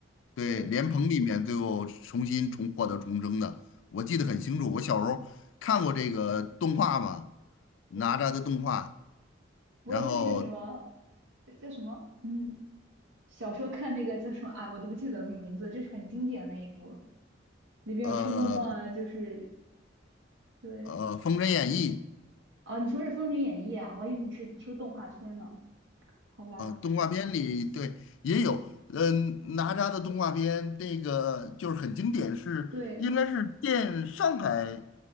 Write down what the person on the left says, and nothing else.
对，
莲蓬里面最后重新重获得重生的，我记得很清楚。我小时候看过这个动画嘛，
哪吒的动画，
然后
呃
呃《封神演义》
啊、动画片里对也有，嗯、哪吒的动画片那个就是很经典是，
应该是电上海